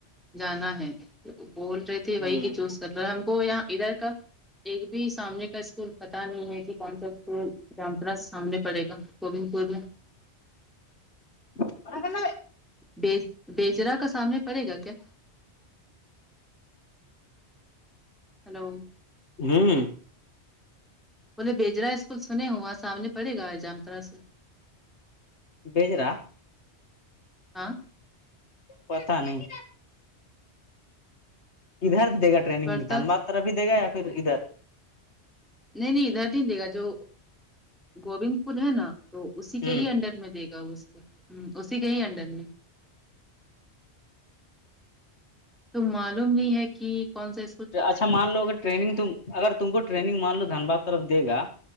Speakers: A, in the centre; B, on the left.
A: جانا ہے بول رہے
B: ہوں
A: تھے وہی کی چوز کر رہے ہم کو یہاں ادھر کا ایک بھی سامنے کا اسکول پتا نہیں ہے کہ کون سا اسکول کماپس سامنے پڑے گا گووند پور میں
B: <unintelligible>
A: بیج بیجرا کا سامنے پڑے گا کیا ہلو
B: ہوں
A: بولے بیجرا اسکول سنے ہوا سامنے پڑے گا جام طرح سے
B: بجرا
A: ہاں
B: پتا نہیں ادھر دے گا ٹرینگ
A: پڑتا
B: دھنباد طرف ہی دے گا یا پھر ادھر
A: نہیں نہیں ادھر دے گا جو گوند پور ہے نا تو اسی
B: ہ
A: کے ہی انڈر میں دے گا اس کو ہ اسی کے ہی انڈر میں تو معلوم نہیں ہے کہ کون سےا
B: اچھا مان لو اگر ٹریننگ تم اگر تم کو ٹریننگ مان لو دھنباد طرف دے گا